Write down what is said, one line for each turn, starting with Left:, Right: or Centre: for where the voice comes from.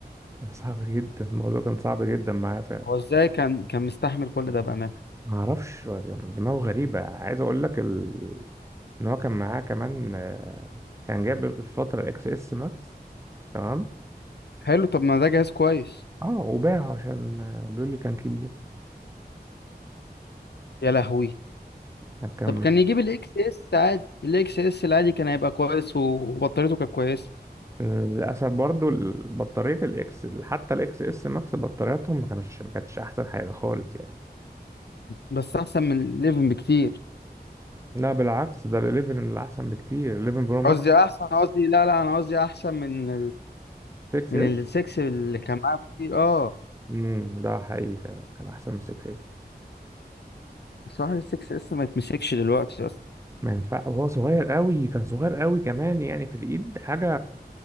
Right: ده صعب جدا الموضوع كان صعب جدا معاه فعلا
Left: هو ازاي كان كان مستحمل كل ده بامانه
Right: ما اعرفش هو دماغه غريبة عايز اقول لك ال... ان هو كان معاه كمان آه، كان جاب في فترة الاكس اس ماكس تمام
Left: حلو طب ما ده جهاز كويس
Right: اه وباعه عشان آه، بيقول لي كان كبير
Left: يا لهوي
Right: <laughs> كان
Left: طب كان يجيب الاكس اس عادي الاكس اس العادي كان هيبقى كويس وبطاريته كانت كويسه
Right: للاسف برضو ال- بطارية الاكس حتى الاكس اس ماكس بطارياتهم ما كانش ما كانتش احسن حاجة خالص يعني
Left: بس احسن من ال11 بكتير
Right: لا بالعكس ده ال 11 اللي احسن بكتير 11 برو ماكس
Left: قصدي احسن قصدي لا لا انا قصدي احسن من
Right: 6
Left: من
Right: اس
Left: السكس اللي كان معاه كتير اه
Right: امم ده حقيقي فعلا كان احسن من 6 اس
Left: بصراحة السكس لسه ما يتمسكش دلوقتي اصلا
Right: ما ينفع وهو صغير قوي كان صغير قوي كمان يعني في الايد حاجه